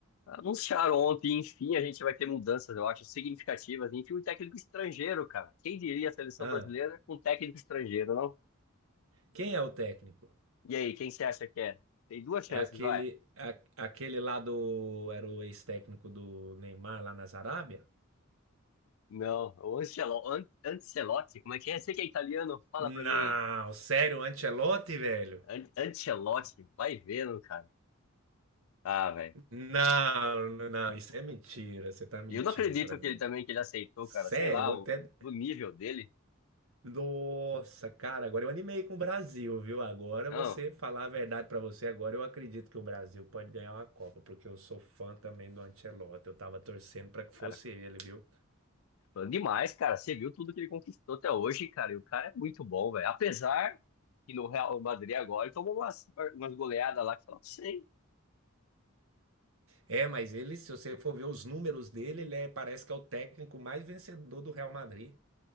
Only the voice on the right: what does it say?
Hã?
Quem é o técnico?
É aquele,
a- aquele lá do. Era o ex-técnico do Neymar lá na Arábia?
Não,
sério, o Ancelotti, velho?
Não, não, não, isso é mentira. Você tá mentindo
pra mim.
Sério,
vou até.
Nossa, cara, agora eu animei com o Brasil, viu? Agora
você falar a verdade pra você, agora eu acredito que o Brasil pode ganhar uma Copa, porque eu sou fã também do Ancelotti. Eu tava torcendo pra que fosse
ele, viu?
É, mas ele, se você for ver os números dele, ele é- parece que é o técnico mais vencedor do Real Madrid.